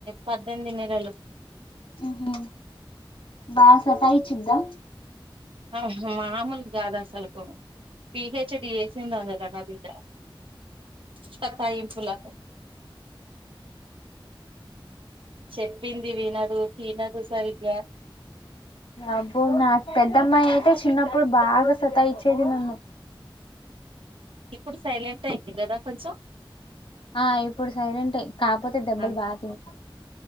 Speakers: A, on the right; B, on the left.
A: పద్దెనిమ్ది నెలలు
B: మ్ హు బా సతఇచ్చిద్దా
A: ఆ మామూలు గాదు అస్లకు పిహెచ్డి చేసింది అందులో నా బిడ్డ సతాయింపులా చెప్పింది వినదు తినదు సరిగ్గా
B: అబ్బో నాకు పెద్దమ్మాయి అయితే చిన్నప్పుడు బాగా సతా ఇచ్చేది నన్ను
A: ఇప్పుడు సైలెంట్ అయింది కదా కొంచెం
B: ఆ ఇప్పుడు సైలెంటే కాకపోతే దెబ్బలు
A: అంతే
B: బాగా తింటది